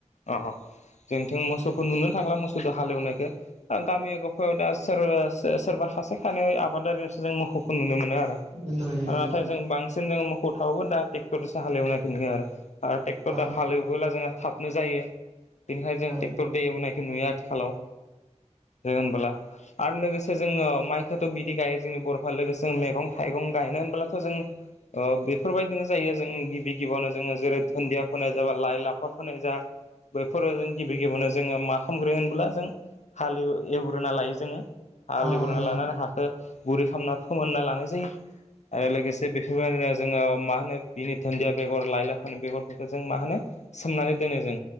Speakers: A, on the left; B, on the right.
A: अ-अ। जोंनिथिं मोसौखौ नुनो थांला मोसौखौ हालेवनायखो ओ गामि गफायाव दा सोरबा-सो-सोरबाहा बिसोर सानै आबादारियावसो जों मोखोवखौ नुनो मोन नो आरो
B: नुयो नुयो
A: ओ
B: नुयो
A: नाथाय जों बांसिन जों मोखोव थाबाबो दा ट्रेक्टरसो हालेवनायखौ नुयो आरो। आरो ट्रेक्टर
B: औ
A: दा हालेवबोला जोंहा थाबनो जायो बेनिखाय जों
B: जायो
A: ट्रेक्टर दे एवनाय नुयो आथिखालाव जोङो होनबोला। आरो लोगोसे जोङो माइखौथ' बिदि गायो जोंनि बर'फ्रा लोगोसे जों मैगं थाइगं गायनो होनबोब्लाथ' जों ओ बेफोरबायदिनो जायो जों गिबि गिबियावनो जोङो जेरै दुन्दिया फोनाय जाबा लाइ लाफा फोनाय जा बेफ फोर जों गिबि गिबियावनो जोङो मा खालामग्रो होनब्ला जों हालेव एवग्रोना लायो जोङो। हाल
B: औ
A: एवग्रोना
B: नोंथां
A: लानानै हाखो‌ गुरैखामना फोमोनना लानाय जायो। आरो लोगोसे बेफोरबायदिनो जोङो मा होनो बिनि धोनन्दिया बेगर लाइ लाफानि बेगरफोरखौ जों मा होनो सोमनानै दोनो जों